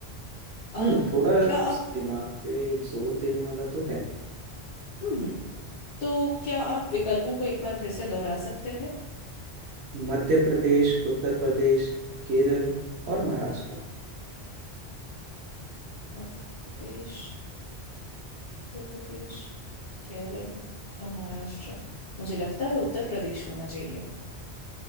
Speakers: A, on the left (about 65°); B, on the right (about 75°).
A: अम,
B: हम्म थोड़ा
A: क्या
B: स-
A: आप
B: दिमाग पे जोर देने वाला तो है
A: हम्म हम्म, तो क्या आप विकल्पों को एक बार फिर से दोहरा सकते हैं
B: मध्य प्रदेश उत्तर प्रदेश केरल और महाराष्ट्र
A: मध्य प्रदेश उत्तर प्रदेश केरल और महाराष्ट्र मुझे लगता है उत्तर प्रदेश होना चाहिए